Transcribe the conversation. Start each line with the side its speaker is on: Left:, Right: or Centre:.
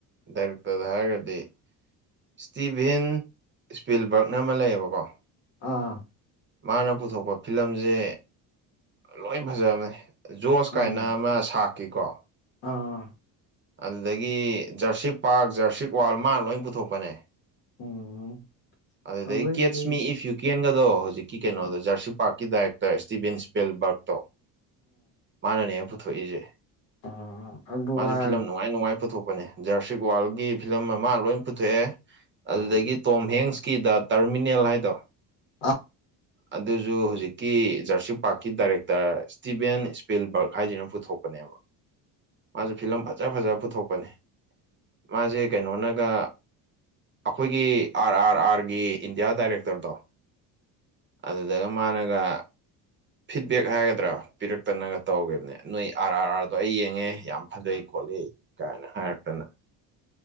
Right: ꯗꯥꯏꯔꯦꯛꯇꯔꯗ ꯍꯥꯏꯔꯒꯗꯤ ꯏꯁ꯭ꯇꯤꯚꯦꯟ ꯏꯁꯄꯤꯜꯕꯔꯛꯅ ꯑꯃ ꯂꯩꯌꯦꯕꯀꯣ
Left: ꯑꯥ
Right: ꯃꯥꯅ ꯄꯨꯊꯣꯛꯄ ꯐꯤꯂꯝꯁꯦ ꯂꯣꯏ ꯐꯖꯕꯅꯦ ꯖꯣꯁ
Left: ꯎꯝ
Right: ꯀꯥꯏꯅ ꯑꯃ ꯁꯥꯛꯀꯤꯀꯣ
Left: ꯑꯥ
Right: ꯑꯗꯨꯗꯒꯤ ꯖꯔꯁꯤꯛ ꯄꯥꯔ ꯖꯔꯁꯤꯛ ꯋꯥꯜ ꯃꯥ ꯂꯣꯏ ꯄꯨꯊꯣꯛꯄꯅꯦ
Left: ꯎꯝ
Right: ꯑꯗꯨꯗꯩ
Left: ꯑꯗꯩꯗꯤ
Right: ꯀꯦꯠꯁ ꯃꯤ ꯏꯐ ꯌꯨ ꯀꯦꯟꯒꯗꯣ ꯍꯧꯖꯤꯛꯀꯤ ꯀꯩꯅꯣꯗꯣ
Left: ꯑꯥ
Right: ꯖꯔꯁꯤ ꯄꯥꯔꯀꯤꯗꯥꯏꯔꯦꯛ ꯏꯁꯇꯤꯕꯦꯟ ꯁꯄꯦꯜ ꯕꯔꯛꯇꯣ ꯃꯥꯅꯅꯦꯕꯥ ꯄꯨꯊꯣꯛꯏꯁꯦ
Left: ꯑ
Right: ꯃꯥꯁꯨ
Left: <unintelligible>
Right: ꯐꯤꯂꯝ ꯅꯨꯡꯉꯥꯏ ꯅꯨꯡꯉꯥꯏ ꯄꯨꯊꯣꯛꯄꯅꯦ ꯖꯨꯔꯥꯁꯤꯛ ꯋꯥꯔꯜꯒꯤ ꯐꯤꯂꯝ ꯑꯃ ꯃꯥ ꯂꯣꯏ ꯄꯨꯊꯣꯛꯑꯦ ꯑꯗꯨꯗꯒꯤ
Left: ꯎꯝ
Right: ꯇꯣꯝ ꯍꯦꯡꯁꯀꯤꯗ ꯇꯔꯃꯤꯅꯦꯜ ꯍꯥꯏꯗꯣ
Left: ꯑ
Right: ꯑꯗꯨꯁꯨ ꯍꯧꯨꯖꯤꯛꯀꯤ ꯖꯔꯁꯤꯛ ꯄꯥꯛꯀꯤ ꯗꯥꯏꯔꯦꯛꯇꯔ ꯏꯁꯇꯤꯕꯦꯟ ꯏꯁꯄꯤꯜꯕꯔꯛ ꯍꯥꯏꯁꯤꯅ ꯄꯨꯊꯣꯛꯄꯅꯦ ꯃꯥꯖꯨ ꯐꯤꯂꯝ ꯐꯖ ꯐꯖꯕ ꯄꯨꯊꯣꯛꯄꯅꯦ ꯃꯥꯖꯦ ꯀꯩꯅꯣꯅꯒ ꯑꯩꯈꯣꯏꯒꯤ ꯑꯥꯔ ꯑꯥꯔ ꯑꯥꯔꯒꯤ ꯏꯟꯗꯤꯌꯥ ꯗꯥꯏꯔꯦꯛꯇꯔꯗꯣ ꯑꯗꯨꯗꯒ ꯃꯥꯅꯒ ꯐꯤꯠꯕꯦꯛ ꯍꯥꯏꯒꯗ꯭ꯔꯥ ꯄꯤꯔꯛꯇꯅꯒ ꯇꯧꯈꯤꯝꯅꯦ ꯅꯣꯏ ꯑꯥꯔ ꯑꯥꯔ ꯑꯥꯔꯗꯣ ꯑꯩ ꯌꯦꯡꯉꯦ ꯌꯥꯝ ꯐꯖꯩ ꯈꯣꯠꯂꯤ ꯀꯥꯏꯅ ꯍꯥꯏꯔꯛꯇꯅ